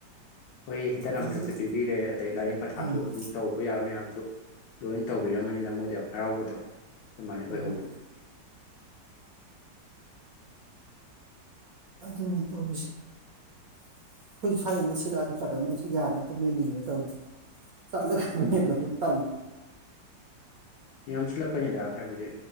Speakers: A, on the left (about 75°); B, on the right (about 70°).
A: ꯍꯣꯏ ꯍꯤꯗꯥꯛ ꯂꯥꯡꯊꯛꯁꯨ
B: ꯑꯗꯨꯗꯤ
A: ꯄꯤꯕꯤꯔꯦ ꯑꯗꯩ ꯂꯥꯏꯌꯦꯡ ꯄꯊꯥꯞꯁꯨ
B: ꯎꯝ
A: ꯑꯗꯨꯝ ꯇꯧꯕ ꯌꯥꯕ ꯃꯌꯥꯝꯁꯨ ꯂꯣꯏ ꯇꯧꯕꯤꯔꯝꯃꯅꯤꯅ ꯃꯣꯏꯗ ꯌꯥꯝ ꯍꯔꯥꯎꯕꯗꯣ ꯑꯗꯨꯃꯥꯏꯅ ꯑꯣꯏꯍꯒꯅꯤ
B: ꯎꯝ ꯑꯗꯨꯅꯤ ꯇꯧꯔꯤꯁꯦ ꯑꯩꯈꯣꯏꯁꯨ ꯁ꯭ꯋꯥꯏꯗꯣꯝꯗ ꯁꯤꯠꯂꯛꯑꯗꯤ ꯐꯗꯧꯅꯦ ꯑꯩꯁꯨ ꯌꯥꯗ ꯑꯝꯇ ꯃꯦꯟꯅꯤꯡꯉꯦ ꯇꯧꯔꯤꯁꯦ ꯆꯠꯂꯒ ꯃꯦꯟꯕꯗꯨ ꯇꯜ
A: ꯌꯥꯝꯁꯤꯜꯂꯛꯀꯅꯤꯗ ꯍꯥꯏꯕꯗꯤ